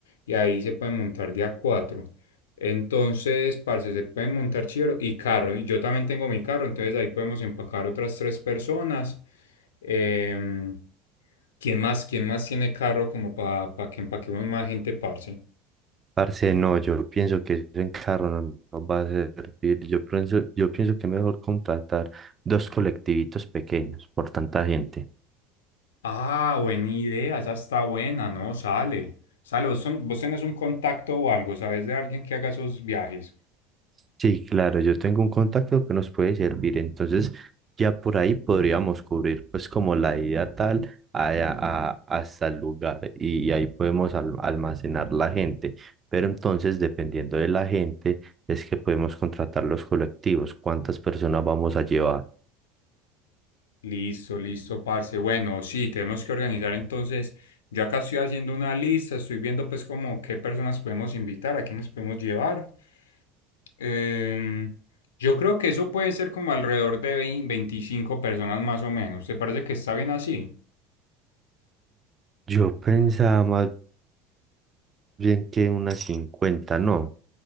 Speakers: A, on the left; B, on the right.
A: Y ahí se puede montar de a cuatro. Entonces, parce, se pueden montar chivero y carro. Y yo también tengo mi carro, entonces ahí podemos empacar otras tres personas. Em, ¿quién más, quién más tiene carro como para que empaquemos más gente, parce?
B: Parce, no, yo pienso que eso en carro no nos va a servir. Yo pienso, yo pienso que es mejor contratar dos colectivitos pequeños por tanta gente.
A: Ah, buena idea, esa está buena, ¿no? Sale. Sale, vos, son- vos tenés un contacto o algo, ¿sabes de alguien que haga esos viajes?
B: Sí, claro, yo tengo un contacto que nos puede servir, entonces ya por ahí podríamos cubrir pues como la ida tal a- a- hasta el lugar y ahí podemos al- almacenar la gente, pero entonces dependiendo de la gente es que podemos contratar los colectivos, cuántas personas vamos a llevar.
A: Listo, listo, parce. Bueno, sí, tenemos que organizar entonces. Yo acá estoy haciendo una lista, estoy viendo pues como qué personas podemos invitar, a quiénes podemos llevar. Em, yo creo que eso puede ser como alrededor de 20 25 personas más o menos. ¿Te parece que está bien así?
B: Yo pensaba más bien que unas cincuenta. ¿no?